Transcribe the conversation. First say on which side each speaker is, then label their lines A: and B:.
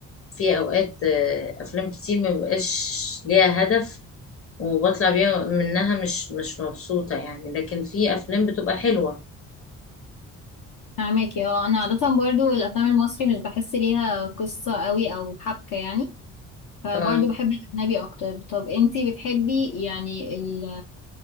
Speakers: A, on the left; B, on the left.
A: في اوقات آه، افلام كتير ما بيبقاش ليها هدف وبطلع بيها منها مش مش مبسوطة يعني لكن في أفلام بتبقى حلوة
B: فاهمك اه أنا عادة برضو الأفلام المصري مش بحس ليها قصة قوي أو حبكة يعني فبرضو
A: اه
B: بحب الأجنبي أكتر طب انتي بتحبي يعني ال...